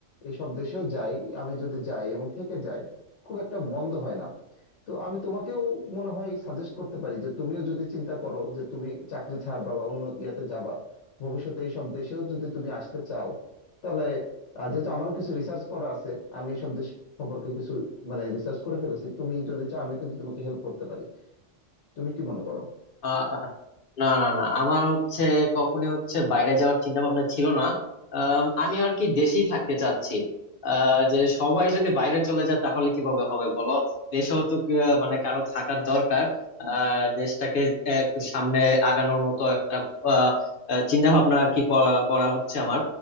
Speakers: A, on the left; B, on the left.
A: এইসব দেশেও যাই আমি যদি যাই এবং থেকে যাই খুব একটা মন্দ হয় না তো আমি তোমাকেও মনে হয় সাজেস্ট করতে পারি যে তুমিও যদি চিন্তা করো যে তুমি চাকরি ছাড়বা বা অন্য ইয়াতে যাবা ভবিষ্যতে এইসব দেশেও যদি তুমি আসতে চাও তাহলে আহ, যেহেতু আমারও কিছু রিসার্চ করা আছে আমি এইসব দেশ সম্পর্কে কিছু মানে রিসার্চ করে ফেলেছি তুমি যদি চাও আমি কিন্তু তোমাকে হেল্প করতে পারি তুমি কি মনে করো
B: ভাবনা না না না আমার হচ্ছে কখনই হচ্ছে বাইরে যাওয়ার চিন্তা ভাবনা ছিল না আম, আমি আর কি দেশেই থাকতে চাচ্ছি আহ, যে সবাই যদি বাইরে চলে যায় তাহলে কিভাবে হবে বলো দেশেও তো কি, আহ, মানে কারো থাকার দরকার আহ, দেশটাকে একটু সামনে আগানোর মতো একটা আহ, আহ, চিন্তা ভাবনা আর কি করা করা হচ্ছে আমার